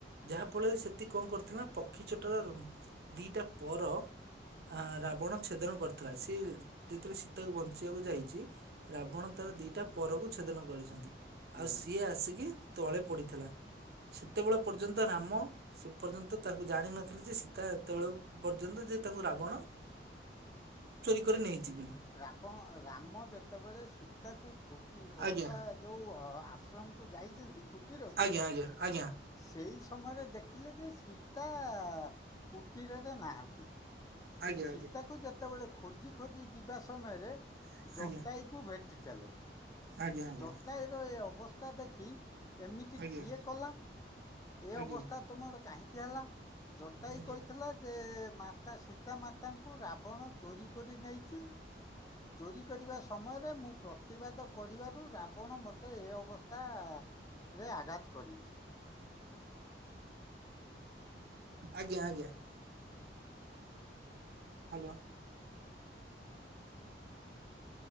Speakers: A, on the right (about 60°); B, on the left (about 20°).
A: ଯାହାଫଳରେ ସେତିି କଣ କରିଥିଲା ନା ପକ୍ଷୀ ଚଟାର ଦୁଇଟା ପର ଆ ରାବଣ ଛେଦନ କରିଥିଲା। ସିଏ ଯେତେବେଳେ ସୀତାକୁ ବଞ୍ଚେଇବାକୁ ଯାଇଛି ରାବଣ ତାର ଦିଟା ପରକୁ ଛେଦନ କରିଛନ୍ତି।
B: ହୁଁ,
A: ଆଉ ସିଏ ଆସିକି ତଳେ ପଡିଥିଲା ସେତେବେଳେ ପର୍ଯ୍ୟନ୍ତ ରାମ ସେ ପର୍ଯ୍ୟନ୍ତ ତାଙ୍କୁ ଜାଣିନଥିଲେ ଯେ ସୀତା ଏତେବେଳ ପର୍ଯ୍ୟନ୍ତ ଯେ ତାଙ୍କୁ ରାବଣ ଚୋରି କରି ନେଇଛି
B: ସେ
A: ବୋଲି।
B: ରାବଣ ରାମ ଯେତେବେଳେ ସୀତାକୁ ଖୋଜି ବସା
A: ଆଜ୍ଞା
B: ଯଉ ଆଶ୍ରମକୁ ଯାଇଛନ୍ତି କୁଟୀରକୁ
A: ଆଜ୍ଞା ଆଜ୍ଞା ଆଜ୍ଞା।
B: ସେଇ ସମୟରେ ଦେଖିଲେ ଯେ ସୀତା କୁଟୀରରେ ନାହାଁନ୍ତି।
A: ଆଜ୍ଞା
B: ସୀତାକୁ ଯେତେବେଳେ ଖୋଜି ଖୋଜି ଯିବା ସମୟରେ
A: ଆଜ୍ଞା
B: ଜଟାଇକୁ ଭେଟିଥିଲେ।
A: ଆଜ୍ଞା ଆଜ୍ଞା
B: ଜଟାୟୁ ର ଏ ଅବସ୍ଥା ଦେଖି ଏମିତି
A: ଆଜ୍ଞା
B: କିଏ କଲା? ଏ ଅବସ୍ଥା
A: ଆଜ୍ଞା
B: ତୁମର କାହିଁକି ହେଲା? ଜଟାୟୁ
A: ଆଜ୍ଞା
B: କହିଥିଲା ଯେ ମାତା ସୀତାମାତାଙ୍କୁ ରାବଣ ଚୋରି କରି ନେଇଛି। ଚୋରି କରିବା ସମୟରେ ମୁଁ ପ୍ରତିବାଦ କରିବାରୁ ରାବଣ ମୋତେ ଏ ଅବସ୍ଥା ରେ ଆଘାତ କରିଛି।
A: ଆଜ୍ଞା ଆଜ୍ଞା। ହ୍ୟାଲୋ।